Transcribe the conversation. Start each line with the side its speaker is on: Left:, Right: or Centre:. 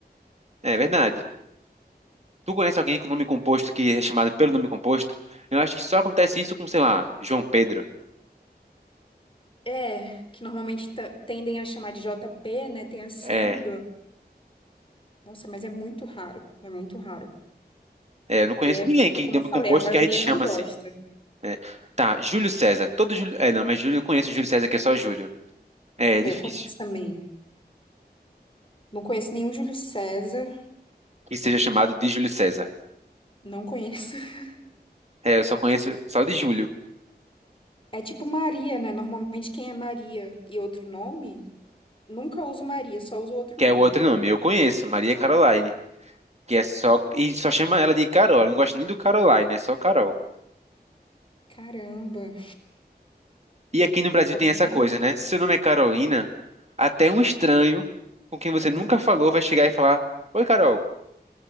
Right: É verdade. Tu conhece alguém com nome composto que é chamado pelo nome composto? Eu acho que só acontece isso com, sei lá, João Pedro.
Left: É, que normalmente ta- tendem a chamar de JP, né? Tem a sigla.
Right: É,
Left: Nossa, mas é muito raro. É muito raro.
Right: é, eu não conheço
Left: E é,
Right: ninguém que
Left: é como
Right: tem
Left: eu
Right: nome composto
Left: falei, a maioria
Right: que a gente chama
Left: não gosta.
Right: assim. né? Tá, Júlio César. Todo Júlio. É, não, mas Júlio eu conheço Júlio César, que é só Júlio. É,
Left: Eu
Right: difícil
Left: conheço também. Não conheço nenhum Júlio César,
Right: que seja chamado de Júlio César.
Left: não conheço. <laughs>
Right: É, eu só conheço só de Júlio,
Left: É tipo Maria, né? Normalmente quem é Maria e outro nome, nunca uso Maria, só uso outro
Right: que
Left: nome.
Right: é o outro nome. Eu conheço, Maria Caroline. Que é só. E só chama ela de Carol. Ela não gosta nem do Caroline, é só Carol.
Left: Caramba.
Right: E aqui no Brasil
Left: É porque
Right: tem essa coisa, né? Se seu nome é Carolina, até um estranho com quem você nunca falou vai chegar e falar: Oi, Carol.